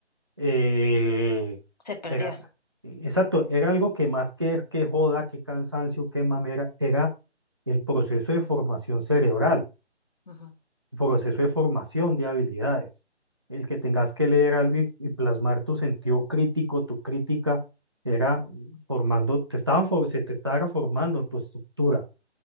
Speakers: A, on the right (about 25°); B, on the left (about 40°).
A: eh,
B: Se perdió.
A: era, exacto, era algo que más que, que joda, que cansancio, que mamera, era el proceso de formación cerebral
B: Ujú,
A: proceso de formación de habilidades. El que tengas que leer algo y, y plasmar tu sentido crítico, tu crítica, era formando, te estaban, for- se te estaba formando tu estructura.